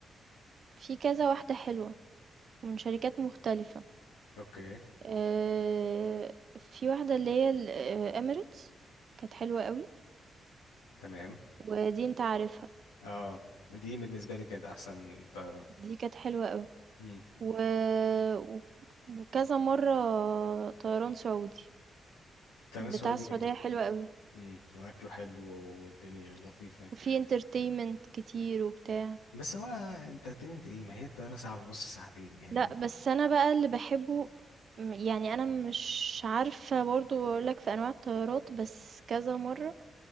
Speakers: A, on the right; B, on the left.
A: في كذا واحدة حلوة ومن شركات مختلفة.
B: اوكي
A: آآ في واحدة اللي هي ال آآ Emirates كانت حلوة أوي،
B: تمام
A: ودي أنت عارفها.
B: اه دي بالنسبه لي كانت احسن طياره
A: دي كانت حلوة قوي
B: امم
A: و... و- وكذا مرة طيران سعودي
B: التنس
A: بتاع
B: سعودي
A: السعودية
B: جميل
A: حلوة قوي
B: امم واكله حلو والدنيا لطيفه يعني.
A: وفي انترتينمنت كتير وبتاع
B: بس هو انترتينمنت ايه ما هي الطياره ساعه ونص ساعتين يعني
A: لا بس انا بقى اللي بحبه م- يعني انا مش عارفة برضو اقولك في انواع الطيارات بس كذا مرة